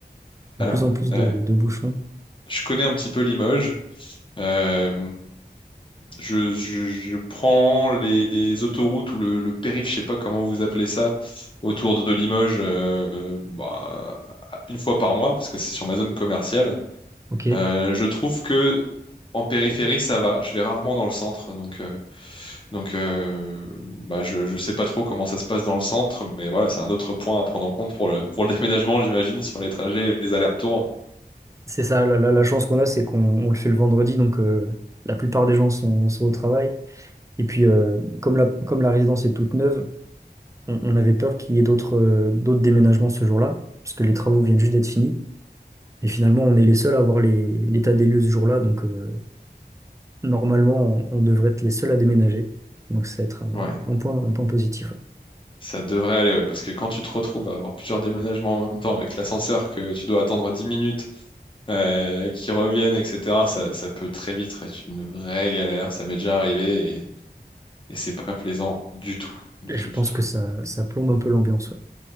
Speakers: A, on the right; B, on the left.
A: de
B: Alors,
A: plus en plus de,
B: euh,
A: de bouchons.
B: je connais un petit peu Limoges. Euh, je, je- je prends les autoroutes ou le, le périph', je sais pas comment vous appelez ça, autour de Limoges, euh, bah, une fois par mois, parce que c'est sur ma zone commerciale.
A: Ok.
B: Euh, je trouve que en périphérie, ça va. Je vais rarement dans le centre, donc, euh, donc euh, bah, je, je sais pas trop comment ça se passe dans le centre, mais voilà, c'est un autre point à prendre en compte pour le, pour le <laughs> déménagement, j'imagine, sur les trajets et les allers-retours.
A: C'est ça, la, la- la chance qu'on a, c'est qu'on on le fait le vendredi, donc euh, la plupart des gens sont, sont au travail. Et puis, euh, comme la, comme la résidence est toute neuve, on, on avait peur qu'il y ait d'autres euh, d'autres déménagements ce jour-là, parce que les travaux viennent juste d'être finis. Et finalement, on est les seuls à avoir les- l'état des lieux ce jour-là, donc euh, normalement, on, on devrait être les seuls à déménager. Donc ça va être un
B: Ouais,
A: un point, un point positif.
B: ça devrait aller, ouais, parce que quand tu te retrouves à avoir plusieurs déménagements en même temps avec l'ascenseur que tu dois attendre 10 minutes, euh, qu'ils reviennent, etc., ça, ça peut très vite être une vraie galère. Ça m'est déjà arrivé et, et c'est pas plaisant du tout, du
A: Je
B: tout, du
A: pense
B: tout.
A: que ça, ça plombe un peu l'ambiance. ouais.